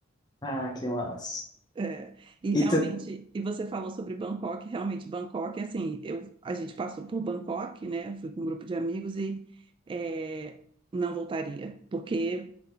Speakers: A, on the left; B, on the right.
A: Ah, que massa.
B: É, e realmente,
A: E tu
B: e você falou sobre Bangkok, realmente, Bangkok, assim, eu, a gente passou por Bangkok, né? Fui com um grupo de amigos e é, não voltaria, porque